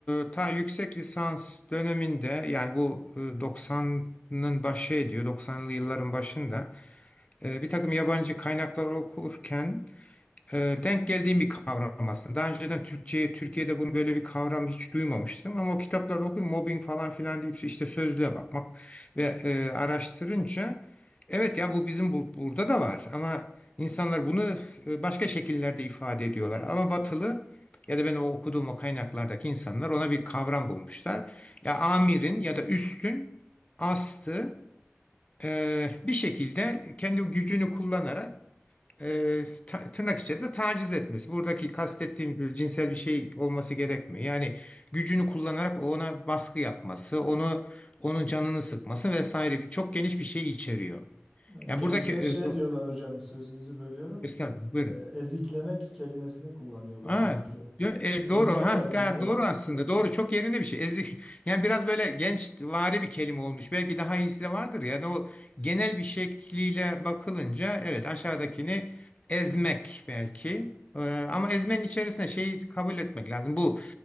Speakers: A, on the left; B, in the centre.
A: e, ta yüksek lisans döneminde yani bu e, 90'ın başı ediyor doksanlı yılların başında e, bir takım yabancı kaynaklar okurken e, denk geldiğim bir kavram aslında. Daha önceden Türkçe, Türkiye'de bunu böyle bir kavram hiç duymamıştım ama o kitapları okuyup mobbing falan filan deyip işte sözlüğe bakmak ve e, araştırınca evet ya bu bizim bu, burada da var ama insanlar bunu e, başka şekillerde ifade ediyorlar. Ama Batılı ya da ben o okuduğum o kaynaklardaki insanlar ona bir kavram bulmuşlar. Ya amirin ya da üstün astı e, bir şekilde kendi gücünü kullanarak e, ta- tırnak içerisinde taciz etmesi. Buradaki kastettiğim bir cinsel bir şey olması gerekmiyor. Yani gücünü kullanarak ona baskı yapması, onu onun canını sıkması vesaire bir çok geniş bir şey içeriyor.
B: E,
A: Yani
B: Gençler
A: buradaki e,
B: şey diyorlar hocam sözünüzü bölüyorum.
A: Estağfurullah, buyurun.
B: E, eziklemek kelimesini kullanıyorlar.
A: Ha,
B: Eziklemek.
A: dö-
B: Ezmek
A: e, doğru. Ha,
B: aslında
A: der, doğru aslında. Doğru. Çok yerinde bir şey. Ezik. <laughs> Yani biraz böyle gençvari bir kelime olmuş. Belki daha iyisi de vardır. Yani o genel bir şekliyle bakılınca evet aşağıdakini ezmek belki. Ee, ama ezmenin içerisine şeyi kabul etmek lazım. Bu